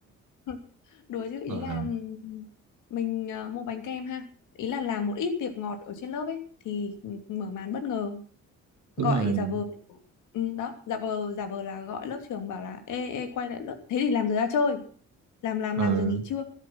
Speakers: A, on the left; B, on the right.
A: <laughs> Đùa chứ ý
B: Ờ
A: là ừm, mình ờ, mua bánh kem ha. Ý là làm một ít tiệc ngọt ở trên lớp ấy thì mở màn bất ngờ, gọi
B: đúng rồi.
A: giả vờ. Ừ, đó, giả vờ giả vờ là gọi lớp trưởng bảo là ê ê quay lại lớp. Thế thì làm giờ ra chơi. làm làm
B: Ờ
A: làm giờ nghỉ trưa